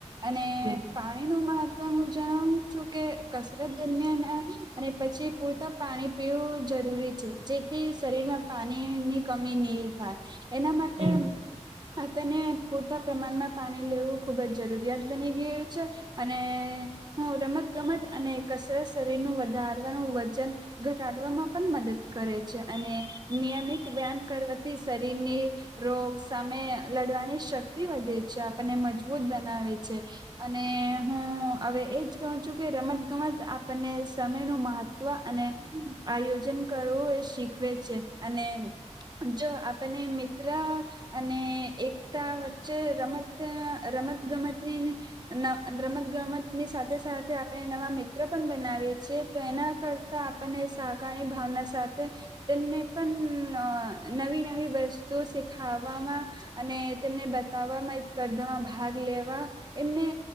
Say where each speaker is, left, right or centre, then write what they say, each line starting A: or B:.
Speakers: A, on the right; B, on the right.
A: અને
B: હમ
A: પાણી ન મા તો હું જણાવું છું કે કસરત દરમિયાન અને પછી પૂરતા પાણી પીવું જરૂરી છે જેથી શરીર માં પાણી ની કમી નહી થાય એના માટે
B: હમ
A: તેને પૂરતા પ્રમાણમાં પાણી લેવું ખુબ જ જરૂરિયાત બની ગયું છે અને હું રમત ગમત અને કસરત શરીર નું ારવાનું વજન ઘટાડવામાં પણ મદદ કરે છે અને નિયમિત વ્યામ કરવા થી શરીરની રોગ સામે લડવાની શક્તિ વધે છે આપણને મજબૂત બના બવે છે અને
B: હમ
A: હું હવે એજ કહું છું કે રમત ગમત આપણને સમય નું મહત્વ અને આયોજન કરવું એ શીખવે છે અને જો આપને મિત્ર અને એકતા વચ્ચે રમત ગમત ગમત રમત ગમત ની સાથે સાથે આપણે નવા મિત્રો પણ બનાવીએ છીએ તો એના કરતા આપને કારની ભાવના સાથે તેમને પણ નવી નવી વસ્તુ ખાવામાં અને તેમને બતાવવામાં સ્પર્ધામાં ભાગ લેવા એમને